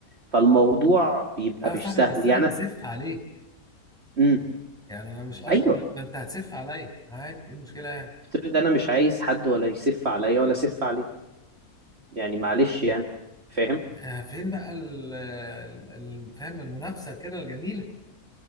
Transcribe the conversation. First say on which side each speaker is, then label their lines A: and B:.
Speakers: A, on the right; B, in the centre.
A: فالموضوع بيبقى
B: اه يا صاحبي
A: مش سهل
B: بس انا
A: يعني
B: بسف عليك
A: امم
B: يعني انا مش أج...
A: ايوه
B: ما انت هتسف عليا عادي ايه المشكله يعني
A: افترض انا مش عايز حد ولا يسف عليا ولا اسف عليه يعني معلش يعني فاهم
B: آه فين بقى ال... ال... ال- فاهم المنافسه كده الجميله